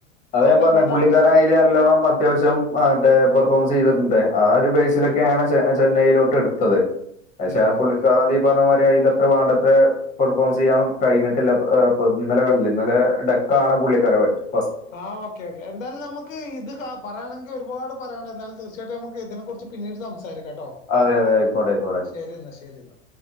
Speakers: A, on the left; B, on the left.
A: അതാ
B: നല്ല
A: ഞാൻ പറഞ്ഞത്
B: നന്നായിട്ട്
A: പുള്ളിക്കാരൻ അതില് നല്ലോണം അത്യാവശ്യം മറ്റേ പെർഫോമൻസ് ചെയ്തിട്ടുണ്ട് ആ ഒരു ബേസിലൊക്കെയാണ് ചെന്നൈയിലോട്ട് എടുത്തത് അതെ പക്ഷാ
B: ആഹ്
A: പുള്ളിക്ക്
B: ആഹ്
A: ആദ്യം പറഞ്ഞ മാതിരി അതിന്റെത്ര വേണ്ടത്ര പെർഫോമൻസ് ചെയ്യാൻ കഴിഞ്ഞിട്ടില്ല <unintelligible> ഇന്നലെ കണ്ടലെ ഇന്നലെ ഡെക്ക പുള്ളിക്കാര <unintelligible>
B: ആ ഓക്കെ ഓക്കേ എന്തായാലും നമുക്ക് ഇത് ക പറയയാണെങ്കിൽ ഒരുപാട് പറയാനണ്ട ന്നാലും തീർച്ചയായിട്ടും നമുക്ക് ഇതിനെ കുറിച്ച് പിന്നീട് സം സാരിക്കട്ടോ
A: അതെ അതെ ആയിക്കോട്ടെ ആയിക്കോട്ടെ
B: ശരിന്നാ ശെരിന്നാ